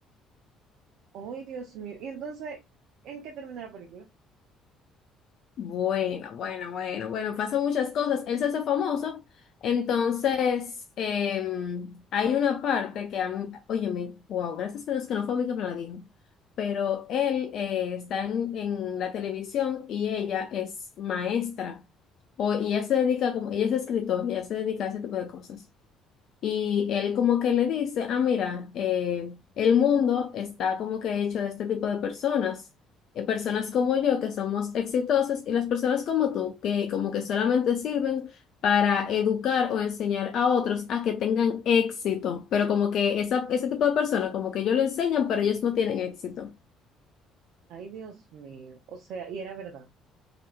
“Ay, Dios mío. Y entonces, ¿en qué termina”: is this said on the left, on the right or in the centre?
Right